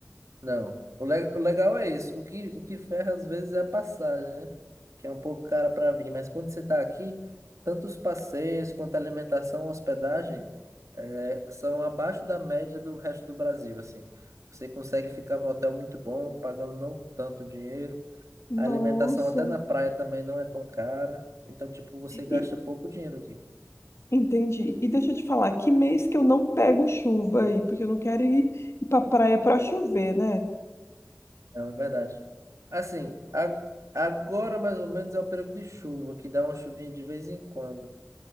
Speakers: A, on the right (about 80°); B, on the left (about 60°).
A: Não. O, le- o legal é isso. O que, o que ferra às vezes é a passagem, né? Que é um pouco cara para vir. Mas quando você está aqui, tanto os passeios quanto a alimentação, hospedagem, eh, são abaixo da média do resto do Brasil, assim. Você consegue ficar num hotel muito bom, pagando não tanto dinheiro.
B: Nossa.
A: A alimentação até na praia também não é tão cara. Então, tipo, você gasta
B: E,
A: pouco dinheiro aqui.
B: entendi. E deixa eu te falar, que mês que eu não pego chuva aí? Porque eu não quero ir, ir pra praia pra chover, né?
A: Não, é verdade. Assim, a- agora mais ou menos é o período de chuva, que dá uma chuvinha de vez em quando.